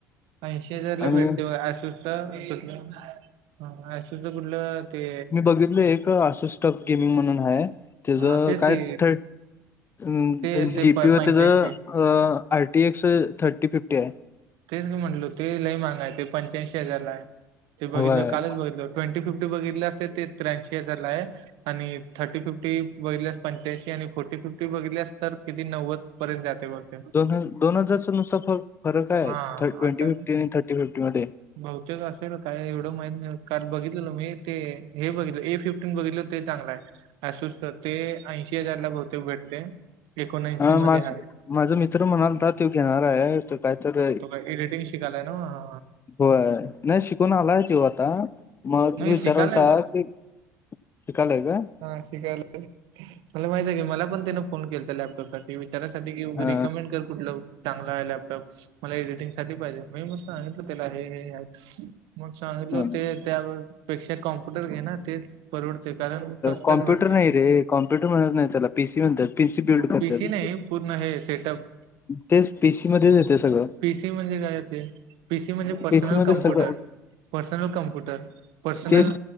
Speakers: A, on the right (about 55°); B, on the left (about 25°).
A: ऐंशी हजारला
B: आणि
A: भेटतोय बघ, आसो तर कुठलं? <unintelligible> अं, असुदे कुठलं? ते
B: मी बघितलं एक, असूस टफ गेमिंग म्हणून हाय. त्याचं
A: हा तेच
B: काय
A: की
B: फिट आहे, अन्
A: ते ते
B: जी. पी.
A: प-
B: यू.
A: पंच्याऐंशी
B: त्याचं अं, R. T. X. Thirty, fifty आहे.
A: तेच मी म्हटलो, ते लई माहाग आहे, ते पंच्याऐंशी हजारला आहे, ते बघितलं
B: हवाय
A: कालच बघितलं. ट्वेंटी फिफ्टी बघितली असते, ते त्र्याऐंशी हजारला आहे. आणि थर्टी फिफ्टी बघितल्यास, पंच्याऐंशी आणि फोर्टी फिफ्टी बघितल्यास, तर किती? नव्वद पर्यंत जाते बघते?
B: दोन दोन हजारच नुसतं फरक आहे?
A: हा
B: ट्वेंटी
A: आता
B: फिफ्टी आणि थर्टी फिफ्टी मध्ये.
A: बहुतेक असेल, काय एवढं माहित नाही, काल बघितलेलं मी ते. हे बघितलं एफ फिफ्टीन बघितलं, ते चांगलं आहे, असूसचं ते ऐंशी हजार ला बहुतेक भेटते. एकोणऐंशी
B: हं,
A: मध्ये
B: माझं,
A: आहे
B: माझा मित्र म्हणालता तो घेणार आहे, तो काय तर
A: व्हंय एडिटिंग शिकायला नव्हं.
B: होय, नाय शिकून आलाय तोव आता, मग
A: नाही
B: विचारालता
A: शिकायलाय बहुतेक
B: कि, <unintelligible> आहे काय?
A: हा शिकायला, मला माहित आहे की मला पण त्यानं फोन केला तर लॅपटॉपसाठी. हे विचारा साठी की,
B: हा
A: री कमेंट कर कुठलं चांगलं लॅपटॉप मला एडिटिंग साठी पाहिजे. मी मग सांगितलं त्याला हे हे आहेत, मग सांगितलं
B: हा.
A: ते त्या, पेक्षा कॉम्प्युटर घे ना तेच परवडते कारण स्वस्तात
B: कॉ्प्युटर
A: भेटते
B: नाही रे, कम्पुटर म्हणत नाही त्याला पी सी म्हणतात. पीसी बिल्ड करतात
A: पीसी नाही पूर्ण हे सेटअप.
B: तेच पीसी मध्येच येते सगळं.
A: पिसी म्हणजे काय? <unintelligible> पी सी म्हणजे पर्सनल
B: पीसी मध्ये
A: कम्प्युटर-
B: सगळं
A: पर्सनल कम्प्युटर पर्सनल
B: ते